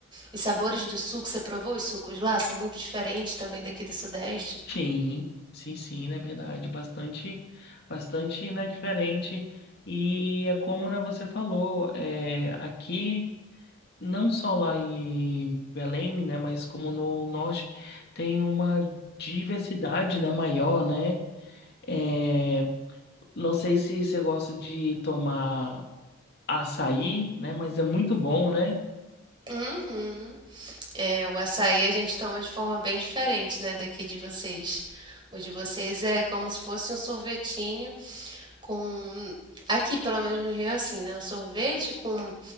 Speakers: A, on the right (about 25°); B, on the left (about 50°).
A: Os sabores do suco, você provou os sucos lá? São muito diferentes também daqui do Sudeste.
B: Sim, sim, sim, na verdade, bastante, bastante, né, diferente. E é como, né, você falou, é, aqui, não só lá em Belém, né, mas como no norte, tem uma diversidade, né, maior, né? É, não sei se você gosta de tomar açaí, né, mas é muito bom, né?
A: Uhum. É, o açaí a gente toma de forma bem diferente, né, daqui de vocês. O de vocês é como se fosse um sorvetinho com. Aqui, pelo menos no Rio, é assim, né? Um sorvete com